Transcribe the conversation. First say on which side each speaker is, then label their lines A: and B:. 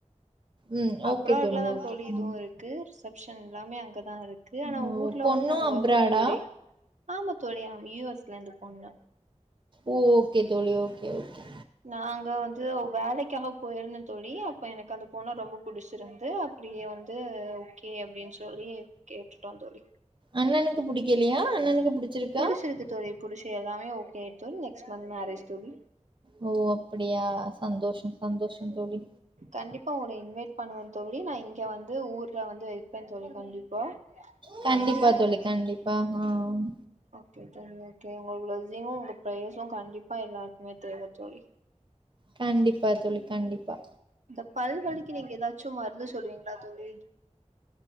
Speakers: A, on the right; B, on the right.
A: ம் ஓகே
B: அப்ராட்லதான்
A: ஓகே
B: தோழி இதுவும்
A: ம்
B: இருக்கு சோ எல்லாமே அங்கதான் இருக் இருக்கு ஆனா
A: ஓ
B: ஊர்ல
A: பொண்ணும்
B: வந்து நாங்க
A: அப்ராடா
B: வருவோம் தோழி ஆமா தோழியா யூ எஸ் லந்து பொண்ணு
A: ஓ ஓகே தோழி ஓகே ஓகே
B: நாங்க வந்து வேலைக்காக போயிருந்தேன் தோழி அப்ப எனக்கு அந்த பொண்ண ரொம்ப பிடிச்சிருந்தது அப்டியே வந்து ஓகே அப்டின்னு சொல்லி கேட்டுட்டோம் தோழி
A: அண்ணனுக்கு புடிக்கலயா அண்ணனுக்கு புடிச்சிருக்கா
B: புடிச்சியிருக்கு இருக்கு தோழி புடிச்சி எல்லாமே ஓகே நெக்ஸ்ட் மந்த் மேரேஜ் தோழி
A: ஓ அப்படியா சந்தோஷம் சந்தோஷம் தோழி
B: கண்டிப் பா உன்ன இன்வைட் பண்ணுவேன் தோழி நான் இங்க வந்து ஊர்ல வந்து வைப்பேன் தோழி கண்டிப்பா
A: கண்டிப்பா
B: ஃபங்க்ஷன்
A: தோழி கண்டிப்பா அஹ உம்
B: ஓகே ஓகே உங்க பிளஸ்ஸிங்கும் உங்க ஃப்பிரைஸ்சூம் கண்டிப்பா எல்லாருக்குமே தேவை தோழி
A: கண்டிப்பா தோழி கண்டிப்பா
B: இந்த பல்வலிக்கு நீங்க ஏதாச்சும் மருந்து சொல்லுவீங்களா தோழி